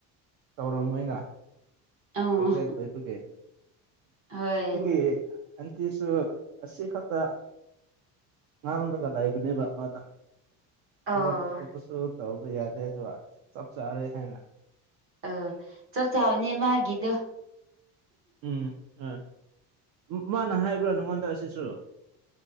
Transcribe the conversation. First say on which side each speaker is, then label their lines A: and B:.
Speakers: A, on the right; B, on the right.
A: ꯇꯧꯔꯝꯃꯣꯏꯅ
B: ꯑꯧ
A: ꯄꯦꯒꯅꯦꯟ ꯑꯣꯏꯕꯒꯤ
B: ꯍꯣꯏ
A: ꯑꯩꯒꯤ ꯑꯟꯇꯤꯁꯨ ꯑꯁꯤ ꯈꯠꯇ ꯉꯥꯡꯔꯒ ꯂꯩꯕꯅꯦꯕ ꯃꯥꯗꯣ
B: ꯑꯣ
A: ꯊꯕꯛ ꯑꯇꯣꯞꯄꯁꯨ ꯇꯧꯕ ꯌꯥꯗꯦ ꯑꯗꯨꯒ ꯆꯞ ꯆꯔꯦ ꯍꯥꯏꯅ
B: ꯑ ꯆꯞ ꯆꯥꯕꯅꯦ ꯃꯥꯒꯤꯗꯣ
A: ꯎꯝ ꯑ ꯃꯥꯅ ꯍꯥꯏꯕ꯭ꯔꯥ ꯅꯪꯉꯣꯟꯗ ꯁꯤꯁꯨ